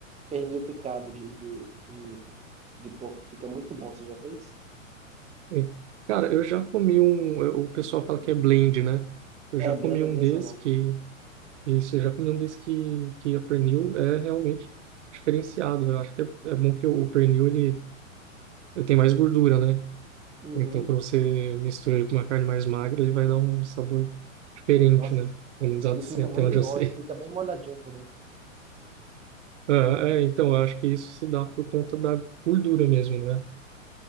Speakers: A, on the right; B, on the right.
A: pernil picado de, de, de, de porco. Fica muito bom, você já fez?
B: Sim. Cara, eu já comi um. eu- O pessoal fala que é blend, né? Eu
A: É,
B: já
A: blend,
B: comi um
A: esse
B: desse
A: é o nome.
B: que. Isso, eu já comi um desse que, que a pernil é realmente diferenciado. né? Eu acho que é, é bom que o pernil ele, ele tem mais gordura, né?
A: Uhum.
B: Então, quando você mistura ele com uma carne mais magra, ele vai dar um sabor diferente,
A: Nossa,
B: né? Pelo menos assim,
A: e fica
B: até
A: muito
B: onde
A: bom,
B: eu sei.
A: ele fica
B: <laughs>
A: bem molhadinho por dentro,
B: Ah, é, então, eu acho que isso se dá por conta da gordura mesmo, né?